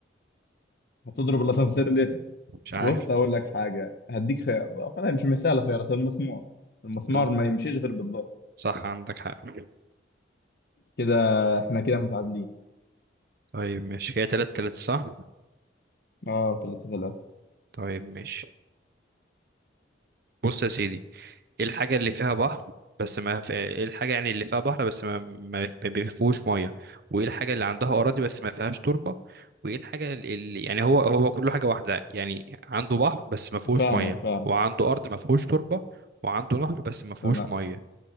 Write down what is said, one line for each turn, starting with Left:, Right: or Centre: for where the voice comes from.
Left: هتضرب الأسانسير
Right: مش عارف
Left: بص اقول لك حاجه هديك خيار خلاص مش مساله خيار اصل المسمار المسمار
Right: الم-
Left: ما يمشيش غير بالضبط
Right: صح عندك حق
Left: كده احنا كده متعادلين
Right: طيب ماشي هي تلات تلاتة صح
Left: اه ثلاثة ثلاثة
Right: طيب ماشي بص يا سيدي ايه الحاجة اللي فيها بحر بس ما في... ايه الحاجة يعني اللي فيها بحر بس ما ما ما بيفيهوش مية وايه الحاجة اللي عندها أراضي بس ما فيهاش تربة وايه الحاجة اللي يعني هو هو كله حاجة واحدة يعني عنده بحر بس ما فيهوش
Left: فاهمك
Right: مية
Left: فاهم
Right: وعنده أرض ما فيهوش تربة وعنده نهر بس ما فيهوش
Left: تمام
Right: مية